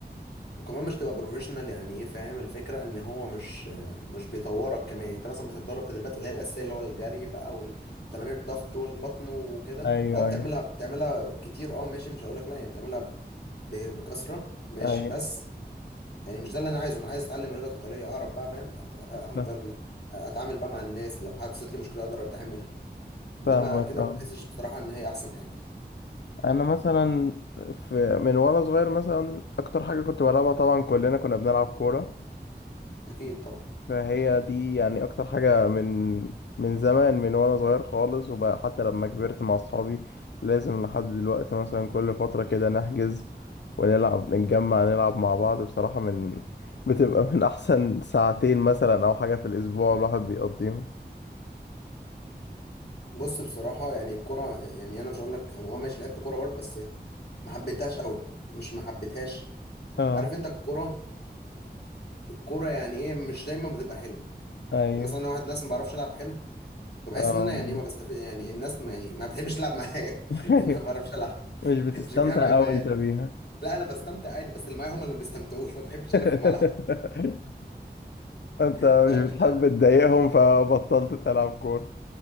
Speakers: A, on the left; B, on the left.
A: وكمان مش تبقى بروفيشنال يعني ايه فاهم الفكره ان هو مش مش بيطورك كمان يعني انت مثلا بتتدرب تدريبات اللي هي الاساسيه اللي هو الجري بقى وال- وتمارين الضغط والبطن وكده
B: ايوه
A: اه بتعملها
B: ايوه
A: بتعملها كتير اه ماشي مش هقول لك لا يعني بتعملها ب- بكثره ماشي
B: ايوه
A: بس يعني مش ده اللي انا عايزه انا عايز اتعلم رياضه قتاليه اقرب بقى فاهم أت- افضل
B: فا-
A: اتعامل بقى مع الناس لو حدثت لي مشكله اقدر اتعامل انما
B: فاهمك
A: كده
B: اه
A: ما بحسش بصراحه ان هي احسن حاجه
B: انا مثلا في من وانا صغير مثلا اكتر حاجة كنت بلعبها طبعا كلنا كنا بنلعب كورة
A: اكيد طبعا
B: فهي دي يعني اكتر حاجة من من زمان من وانا صغير خالص وبقى حتى لما كبرت مع اصحابي لازم لحد دلوقتي مثلا كل فترة كده نحجز ونلعب نتجمع نلعب مع بعض بصراحة من بتبقى من احسن ساعتين مثلا او حاجة في الاسبوع الواحد بيقضيهم
A: بص بصراحة يعني الكرة يعني أنا مش هقول لك أنا أه ماشي لعبت كورة برضه بس ما حبيتهاش قوي مش ما حبيتهاش
B: اه
A: عارف أنت الكورة الكورة يعني إيه مش دايما بتبقى حلوة
B: ايوه
A: يعني مثلا أنا واحد ناس ما بعرفش ألعب حلو فبحس
B: اه
A: إن أنا
B: بالظبط.
A: يعني إيه ما بستفيد يعني الناس ما يعني ما بتحبش تلعب معايا
B: <laughs>
A: <laughs> لأن أنا ما بعرفش ألعب <laughs>
B: مش بتستمتع
A: عشان كده ما بحبهاش
B: أوي انت بيها
A: لا أنا بستمتع عادي بس اللي معايا هم اللي ما بيستمتعوش فما بحبش
B: <laughs>
A: أرخم على
B: انت
A: حد
B: مش بتحب تضايقهم فبطلت تلعب كورة